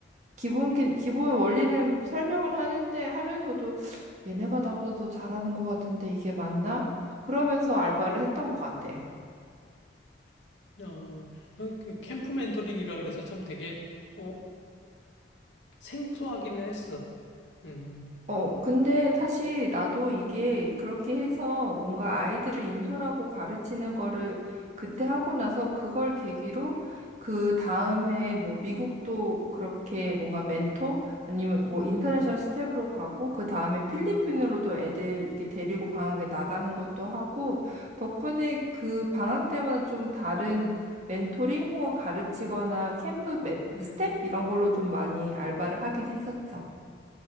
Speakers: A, on the right (about 40°); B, on the left (about 80°).
A: 기본, 기, 기본 원리는 설명은 하는데 하면서도 얘네가 나보다 더 잘하는 것 같은데 이게 맞나? 그러면서 알바를 했던 것 같아.
B: 어, 그 캠프 멘토링이라 그래서 참 되게, 어, 생소하기는 했어. 음,
A: 어, 근데 사실 나도 이게 그렇게 해서 뭔가 아이들을 인솔하고 가르치는 거를 그때 하고 나서 그걸 계기로 그 다음에 뭐 미국도 그렇게 뭔가 멘토 아니면 뭐 인터내셔널 스텝으로 가고 그 다음에 필리핀으로도 애들 이렇게 데리고 방학에 나가는 것도 하고 덕분에 그 방학 때마다 좀 다른 멘토링 혹은 가르치거나 캠프 매-
B: 음,
A: 스텝 이런 걸로 좀 많이 알바를 하긴 했었어.